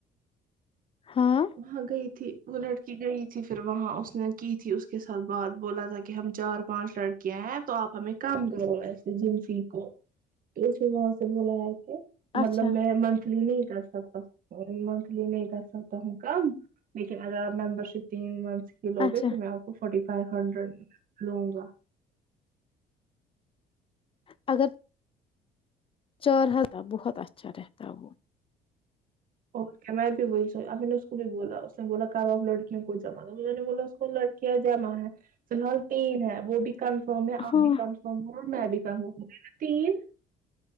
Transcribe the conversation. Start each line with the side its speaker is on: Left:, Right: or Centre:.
Left: ہاں
Right: وہاں گئی تھی وہ لڑکی گئی تھی پھر وہاں اس نے کی تھی اس کے ساتھ بات بولا تھا کہ ہم چار پانچ لڑکیاں ہیں تو آپ ہمیں کام کرو ای جنفی کو تو اس وہاں سے بولا ہے
Left: اچھا
Right: مطلب میں منتھلی نہیں تو مت نہیں س ہوں کم لیکن اگر ممبر شپ ت کلوے
Left: اچھا
Right: پھر میں آپ کو فورٹی فائیو ہنڈریڈ لوں گا
Left: اگر چارہ تھاا بہت اچھا رہتا وہ
Right: اور میں بھی بول اب نے اس کو بھی بولا اس نے بولا کرو آپ لڑکیوں کوئی جما بلاو اس کو لڑکیاں جمع ہے فی الحال تین ہے وہ بھی کنفرم ہے آپ
Left: ہاں
Right: بھی کنفرم ہے اور میں بھی تین